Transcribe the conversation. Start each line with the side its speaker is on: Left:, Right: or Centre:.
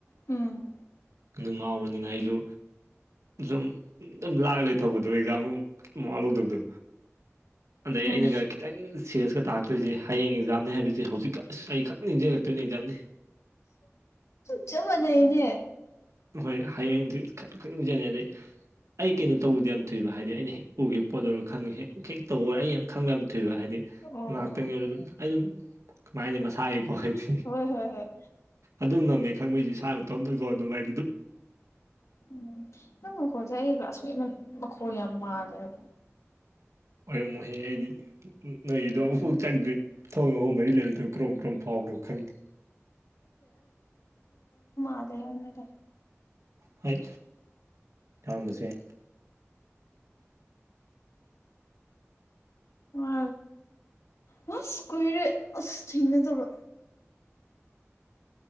Left: ꯎꯝ꯫
Right: ꯑꯗꯨ ꯉꯥꯎꯕꯅꯤꯅ ꯑꯩꯁꯨ ꯁꯨꯝ ꯑꯗꯨꯝ ꯂꯥꯛꯑꯒ ꯂꯩꯊꯄꯗꯣ ꯑꯦꯛꯖꯥꯝꯒꯨꯝ ꯀꯩꯝ ꯃꯋꯥ ꯂꯧꯗꯕꯗꯣ꯫ ꯑꯗꯒꯤ
Left: ꯎꯝ
Right: ꯑꯩꯅꯒ ꯈꯤꯇꯪ ꯁꯤꯔꯤꯌꯁꯀ ꯇꯥꯔꯛꯇꯣꯏꯁꯦ ꯍꯌꯦꯡ ꯑꯦꯛꯖꯥꯝꯅꯤ ꯍꯥꯏꯕꯁꯦ ꯍꯧꯖꯤꯛꯀ ꯑꯁ ꯑꯩ ꯈꯛ ꯅꯤꯡꯁꯪꯉꯛꯇꯣꯏꯅꯤ ꯑꯦꯛꯖꯥꯝꯁꯤ꯫
Left: ꯆꯞ ꯃꯥꯅꯩꯅꯦ꯫
Right: ꯍꯣꯏ ꯍꯌꯦꯡꯗꯤ <unintelligible> ꯖꯥꯅꯤ ꯑꯗꯩ ꯑꯩ ꯀꯩꯅꯣ ꯇꯧꯕꯗꯤ ꯌꯥꯝ ꯊꯨꯏꯕ ꯍꯥꯏꯗꯤ ꯑꯩꯅ ꯍꯦꯛ ꯎꯈꯤꯕ ꯄꯣꯠ ꯑꯣꯏꯔꯒ ꯈꯪꯉꯦ ꯍꯦꯛ ꯍꯦꯛ ꯇꯧꯔꯣꯏ ꯑꯩ ꯌꯥꯝ ꯈꯪꯕ ꯌꯥꯝ ꯊꯨꯏ꯫ ꯊꯨꯏꯕ ꯍꯥꯏꯗꯤ
Left: ꯑꯣ ꯑꯣ
Right: ꯉꯥꯛꯇꯪꯒꯤ ꯑꯣꯏ ꯑꯗꯨꯝ ꯑꯩ ꯑꯗꯨꯝ ꯀꯃꯥꯏꯅ ꯍꯥꯏꯗꯤ ꯃꯁꯥꯒꯤ ꯑꫭ ꯍꯥꯏꯗꯤ
Left: ꯍꯣꯏ ꯍꯣꯏ ꯍꯣꯏ
Right: ꯑꯗꯨꯝ ꯉꯝꯃꯦ ꯈꯪꯕꯩꯁꯦ ꯁꯥ ꯃꯇꫭꯗꯀꯣ ꯑꯗꯨꯃꯥꯏ
Left: ꯎꯝ ꯅꯪ ꯅꯈꫭꯟꯖꯦ ꯑꯩ ꯀ꯭ꯂꯥꯁꯃꯦꯠ ꯃꯟ ꯃꯈꯣꯜ ꯌꯥꯝ ꯃꯥꯜꯂꯦꯕ꯫
Right: ꯑꯣꯏꯔꯝꯃꯨꯍꯦ ꯑꯩꯗꯤ ꯅꯣꯏꯗꯣ ꯑꯃꯨꯛꯐꯥꯎ ꯆꯪꯗ꯭ꯔꯤ ꯊꯣꯡ ꯑꯍꯨꯝ ꯃꯔꯤ ꯂꯩꯕꯗꯣ ꯀ꯭ꯔꯣꯝ-ꯀ꯭ꯔꯣꯝ ꯐꯥꯎ ꯗꫭ ꯈꯪꯗꯦ꯫
Left: ꯑꯗꯦ ꯍꯥꯏꯕꯅꯤꯗ꯫
Right: ꯍꯥꯏ ꯆꯥꯎꯔꯝꯑꯁꯨ ꯌꯥꯏ꯫
Left: ꯑ ꯍꯁ ꯀꯨꯏꯔꯦ ꯑꯁ ꯊꯦꯡꯅꯗꯕ꯫